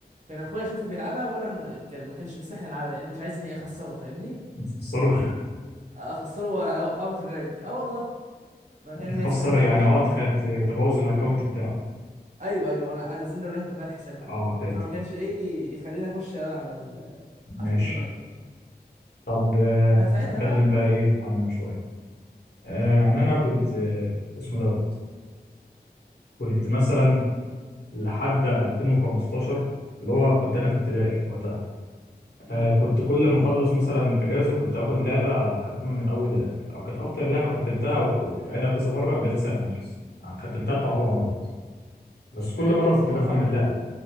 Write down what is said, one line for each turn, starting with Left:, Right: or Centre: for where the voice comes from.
Right: اخويا اشوفه بيلعبها وانا ما- كان ما كانش بيسمحني العبها لان مش عايز اني اخسره فاهمني
Left: يتخسروا
Right: اخسره واوقعه في الرانك اه والله فكان
Left: <laughs> يتخسر
Right: ما يسمحليش
Left: يعني اه تخ- ت- تبوظ الاكونت بتاعه
Right: ايوه ايوه انا انا انزل له الرانك بتاع الحساب وكده
Left: اه فاد
Right: فما كانش ايه يخليني اخش العب على ال... على
Left: ماشي
Right: الفورتنايت
Left: طب آه،
Right: فساعتها
Left: نتكلم
Right: بقى
Left: بقى ايه عننا شويه آه يعني انا كنت آه اسمه دوت كنت مثلا لحد 2015 اللي هو كنت انا في ابتدائي وقتها
Right: امم
Left: آه كنت كل ما اخلص مثلا اجازه كنت اخد لعبه اختمها من الاول للاخر أو كانت اكتر لعبه ختمتها وكنت بعيدها كذا مره جاتا سان اندريس آه، ختمتها بتاع اربع مرات بس كل
Right: ده الاندلس
Left: مره كنت
Right: خ- اربع
Left: بفهم
Right: مرات
Left: اللعبه